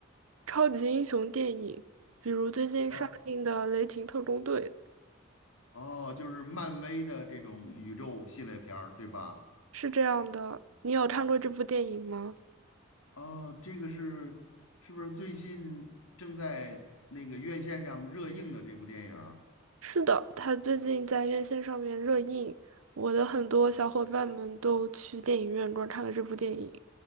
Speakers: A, on the right; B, on the left.
A: 超级英雄电影，比如最近上映的《雷霆特工队》，
B: 哦哦，就是漫威的这种宇宙系列片儿，对吧？
A: 是这样的。你有看过这部电影吗？
B: 哦，这个是是不是最近正在那个院线上热映的这部电影儿？
A: 是的，它最近在院线上面热映，我的很多小伙伴们都去电影院观看了这部电影。